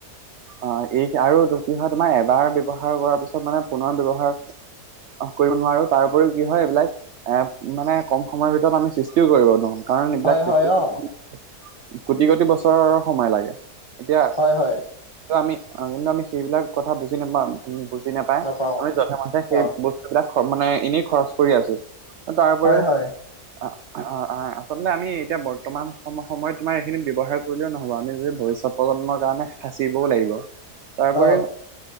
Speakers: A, on the right; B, on the left.
A: অ এই আৰু কি হয় তোমাৰ এবাৰ ব্যৱহাৰ কৰাৰ পিছত মানে পুনৰ ব্যৱহাৰ কৰিব নোৱাৰো। তাৰপৰিও কি হয় এইবিলাক এ মানে কম সময়ৰ ভিতৰত আমি সৃষ্টিও কৰিব নোৱাও। কাৰণ এইবিলা
B: হয়
A: সূষ্টি
B: হয় অ',
A: কোটি কোটি বছৰৰ সময় লাগে। এতিয়া
B: হয় হয়।
A: আমি কিন্তু আমি সেইবিলাক কথা বুজি নাপাওঁ, বুজি নাপ পাই
B: নাপাওঁ
A: আমি যধে মথে
B: অ',
A: সেই বস্তু বিলাক মানে এনেই খৰচ কৰি আছো। তাৰপৰেও
B: হয় হয়।
A: অ অ অ, আচলতে আমি এতিয়া বৰ্তমান সম সময়ত তোমাৰ এইখিনি ব্যৱহাৰ কৰিলেও নহব। আমি যদি ভৱিষ্যত প্ৰজন্মৰ কাৰণে সাঁচিবও লাগিব। তাৰপৰিও
B: অ',